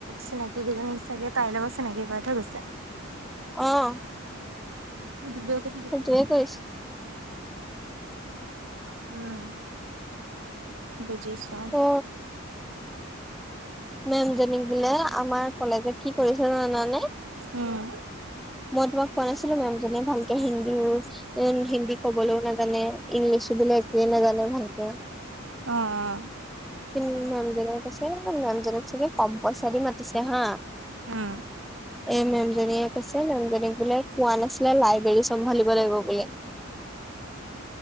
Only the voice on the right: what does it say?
চিনাকি কেইজনী চাগে তাইৰ লগত চিনাকি কৰা থৈ গৈছে।
ম <unintelligible>
উম, বুজিছা।
উম,
অ-অ,
উম